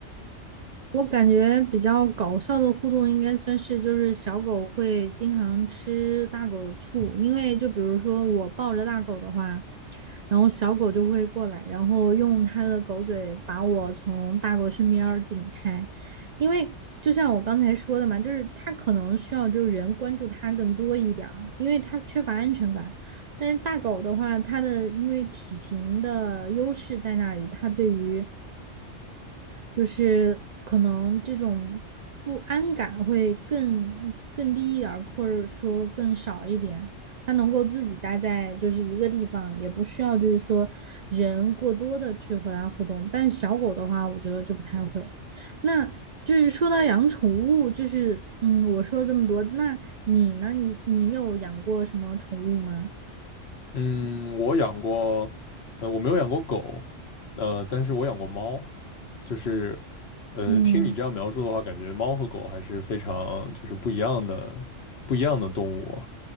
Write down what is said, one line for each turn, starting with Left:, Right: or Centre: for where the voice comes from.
Right: 我感觉比较搞笑的互动应该算是，就是小狗会经常吃大狗的醋，因为就比如说我抱着大狗的话，然后小狗就会过来，然后用它的狗嘴把我从大狗身边儿顶开，因为就像我刚才说的嘛，就是它可能需要就是人关注它更多一点儿，因为它缺乏安全感。但是大狗的话，它的因为体型的优势在那里，它对于就是可能这种不安感会更更低一点儿，或者说更少一点。它能够自己待在就是一个地方，也不需要就是说人过多的去和它互动。但小狗的话，我觉得就不太会。那就是说到养宠物，就是嗯，我说了这么多，那你呢？你你有养过什么宠物吗？
Left: 嗯，我养过，呃，我没有养过狗，呃，但是我养过猫。就是，呃，
Right: 嗯，
Left: 听你这样描述的话，感觉猫和狗还是非常就是不一样的，不一样的动物。